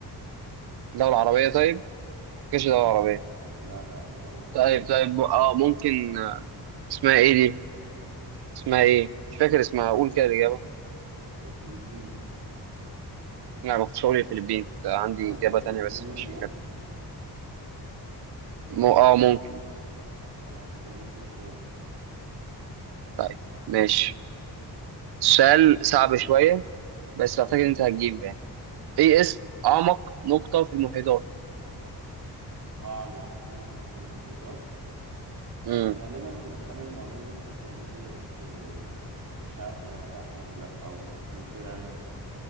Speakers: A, on the right; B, on the right.
A: دولة عربية طيب مفيش دولة
B: لا
A: عربية
B: لا لا مش دولة عربية
A: طيب طيب م- اه ممكن آه، اسمها ايه دي اسمها ايه مش فاكر اسمها قول كده الإجابة
B: الفلبين
A: لا ما كنتش هقول الفلبين كنت عندي
B: كان قصدك
A: إجابة تانية
B: إندونيسيا؟
A: بس مش فاكر
B: بقول لك
A: مو...
B: كان
A: اه
B: قصدك
A: ممكن
B: ماشي طب قول كده سؤالك
A: طيب ماشي السؤال صعب شوية بس
B: مم.
A: أعتقد أنت هتجيبه يعني ايه اسم اعمق نقطة في المحيطات
B: أعمق نقطة في المحيطات
A: امم
B: أنا غالبا كنت سامع المعلومة دي في حتة قبل كده بس آه، مش عارف هي صح ولا لأ أو مش متذكر يعني